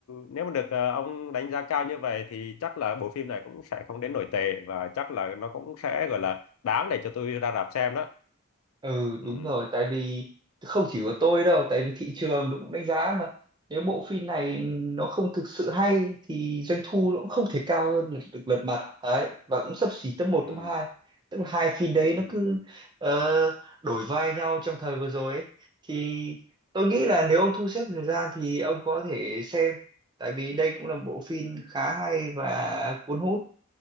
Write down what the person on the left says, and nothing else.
nếu mà được ờ, ông đánh giá cao như vậy thì chắc là bộ phim này cũng sẽ không đến nổi tệ và chắc là nó cũng sẽ gọi là đáng để cho tôi ra rạp xem đó
ừ,
ừ,
ừ.